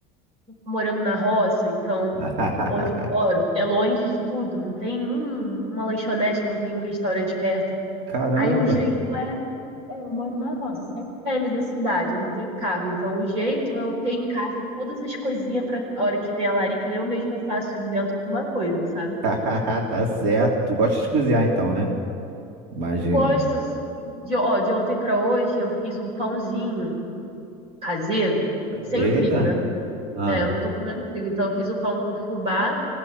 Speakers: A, on the right (about 30°); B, on the right (about 75°).
A: morando na roça, então
B: <laughs>
A: onde eu moro é longe de tudo, não tem um, uma lanchonete, não tem um restaurante perto.
B: Caramba.
A: Aí o jeito é, é, eu moro na roça, 7 km da cidade, eu não tenho carro, então o jeito é eu ter em casa todas as coisinhas para a hora que vem a larica, eu mesma faço, invento alguma coisa, sabe?
B: <laughs> Tá certo. Tu gosta de cozinhar então, né? Imagino.
A: Gosto, sim. de, ó, de ontem para hoje eu fiz um pãozinho caseiro, sem
B: Eita.
A: trigo, né?
B: Ah,
A: É, eu não tô comendo trigo, então eu fiz o pão com fubá